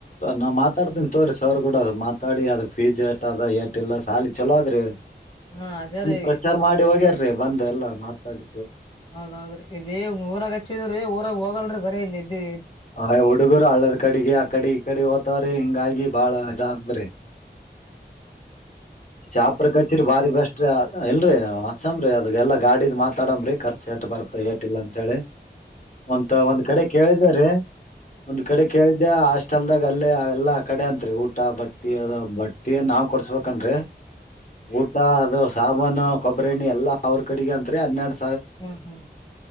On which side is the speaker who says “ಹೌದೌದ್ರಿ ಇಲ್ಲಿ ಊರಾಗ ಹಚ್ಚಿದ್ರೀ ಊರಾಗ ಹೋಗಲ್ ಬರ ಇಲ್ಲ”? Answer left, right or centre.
Left